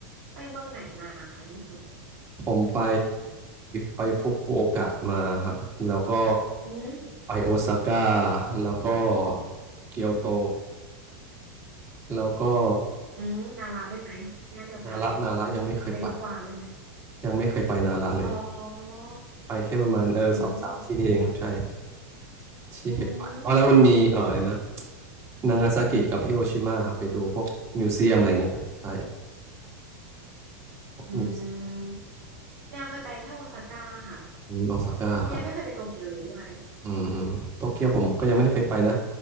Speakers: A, on the right; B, on the right.
A: ไปเมืองไหนมาค่ะญี่ปุ่น
B: ผมไปไปฟุกุโอกะมาครับแล้วก็
A: อืม
B: ไปโอซาก้าแล้วก็เกียวโตแล้วก็
A: อืมนาระด้วยไหมย่านเดียวกัน
B: นาระนาระยังไม่เคยไป
A: ไปดูกวางด้วยไหม
B: ยังไม่เคยไปนาระเลย
A: อ๋อ
B: ไปแค่ประมาณเออสองสามที่นี่เองครับใช่
A: อืม
B: ที่เคยไปอ๋อแล้วก็มันมีเอออะไรนะ
A: อืม
B: นางาซากิกับฮิโรชิมาครับไปดูพวกมิวเซียมอะไรเงี้ยใช่พวกมิวเซีย
A: อืมเมียเคยไปแค่โอซาก้าค่ะ
B: มโอซาก้าครับ
A: เมียยังไม่เคยไปโตเกียวเลยด้วย
B: อืมอืมโตเกียวผมก็ยังไม่ได้เคยไปนะ